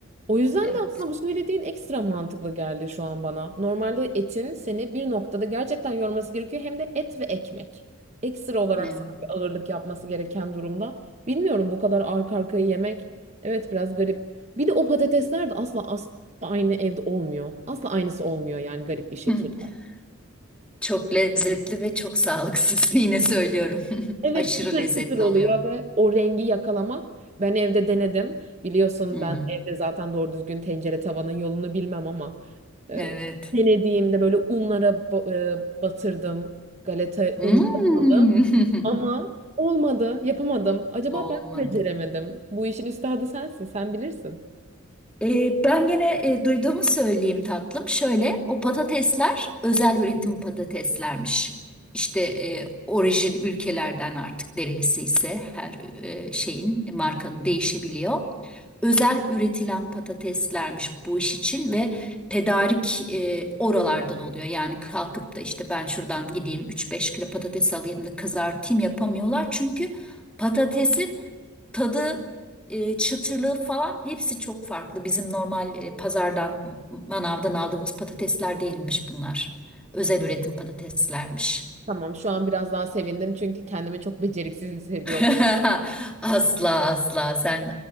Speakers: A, on the right (about 30°); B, in the centre.
A: O yüzden
B: evet.
A: de aslında bu söylediğin ekstra mantıklı geldi şu an bana. Normalde etin seni bir noktada gerçekten yorması gerekiyor. Hem de et ve ekmek. Ekstra olarak
B: Evet.
A: sana bir ağırlık yapması gereken durumda. Bilmiyorum bu kadar arka arkaya yemek. Evet biraz garip. Bir de o patatesler de asla as- aynı evde olmuyor. Asla aynısı olmuyor yani garip bir şekilde.
B: Hmm, <laughs> Çok lezzetli ve çok sağlıksız <laughs> yine söylüyorum. <laughs>
A: Evet
B: Aşırı
A: çıtır
B: lezzetli
A: çıtır oluyor
B: oluyor.
A: ve o rengi yakalamak. Ben evde denedim. Biliyorsun
B: Hı hı.
A: ben evde zaten doğru düzgün tencere tavanın yolunu bilmem ama e,
B: Evet.
A: denediğimde böyle unlara ba- e, batırdım. Galeta
B: Hmm.
A: unları aldım ama olmadı, yapamadım. Acaba
B: <laughs> Olmadı.
A: ben mi beceremedim? Bu işin üstadı sensin, sen bilirsin.
B: Ee, ben gene e, duyduğumu söyleyeyim tatlım. Şöyle o patatesler özel üretim patateslermiş. İşte e, orijin ülkelerden artık neresi ise her e, şeyin markanın değişebiliyor. Özel üretilen patateslermiş bu iş için ve tedarik e, oralardan oluyor. Yani kalkıp da işte ben şuradan gideyim 3-5 kilo patates alayım da kızartayım yapamıyorlar. Çünkü patatesin tadı, e, çıtırlığı falan hepsi çok farklı. Bizim normal e, pazardan, manavdan aldığımız patatesler değilmiş bunlar. Özel üretim patateslermiş.
A: Tamam, şu an biraz daha sevindim çünkü kendimi çok beceriksiz hissediyordum.
B: <laughs> Asla asla sen